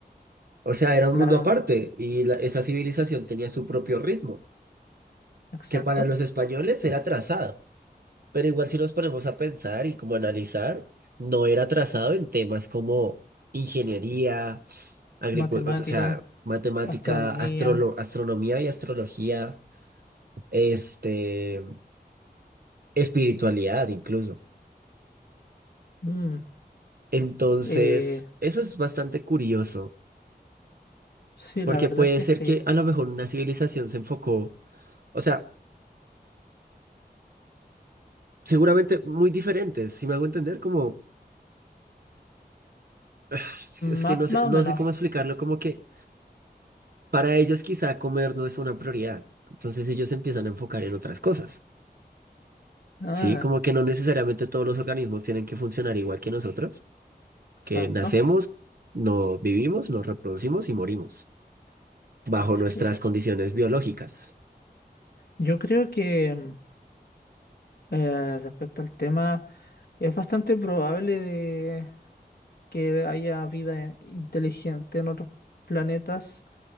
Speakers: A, on the right (about 65°); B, on the left (about 70°).
A: O sea, era
B: Claro,
A: un mundo aparte y la- esa civilización tenía su propio ritmo,
B: exacto.
A: que para los españoles era trazado. Pero igual si nos ponemos a pensar y como analizar, no era trazado en temas como ingeniería, agricultura,
B: Matemática,
A: o sea, matemática,
B: astronomía.
A: astrolo- astronomía y astrología, este, espiritualidad incluso.
B: mm,
A: Entonces,
B: eh,
A: eso es bastante curioso.
B: sí,
A: Porque
B: la verdad
A: puede
B: es que
A: ser
B: sí.
A: que a lo mejor una civilización se enfocó, o sea, seguramente muy diferentes, si me hago entender, como <sighs> es
B: Más,
A: que no sé,
B: más
A: no
B: o menos.
A: sé cómo explicarlo, como que para ellos quizá comer no es una prioridad, entonces ellos se empiezan a enfocar en otras cosas,
B: Ah,
A: ¿sí? Como que no necesariamente todos los organismos tienen que funcionar igual que nosotros,
B: exacto.
A: que nacemos, nos vivimos, nos reproducimos y morimos, bajo nuestras
B: Eh,
A: condiciones biológicas.
B: Yo creo que mm, eh, respecto al tema, es bastante probable de que haya vida inteligente en otros planetas